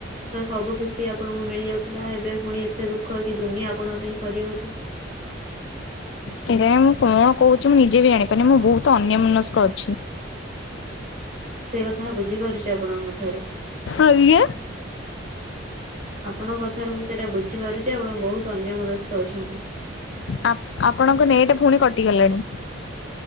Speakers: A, on the right; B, on the left.
A: ତ ସବୁ ଖୁସି ଆପଣଙ୍କୁ ମିଳି ଯାଉଥିଲା ଏବେ ପୁଣି ଏତେ ଦୁଖ କି ଦୁନିଆ ଆପଣଙ୍କ ପାଇଁ ସରିଯାଉଛି।
B: କେଜାଣି ମୁଁ କଣ କହୁଛି ମୁଁ ନିଜେ ବି ଜାଣିପାରୁିନି ମୁଁ ବହୁତ ଅନ୍ୟ ମନସ୍କ ଅଛି।
A: ମୁଁ ସେ କଥା ବୁଝିପାରୁଛି ଆପଣଙ୍କ କଥା ରୁ।
B: ଆଜ୍ଞା।
A: ଆପଣଙ୍କ କଥାରୁ ମୁଁ ସେଇଟା ବୁଝିପାରୁଛି ଆପଣ ବହୁତ ଅନ୍ୟ ମନସ୍କ ଅଛନ୍ତି।
B: ଆ-ଆପଣଙ୍କ ନେଟେ ପୁଣି କଟିଗଲାଣି।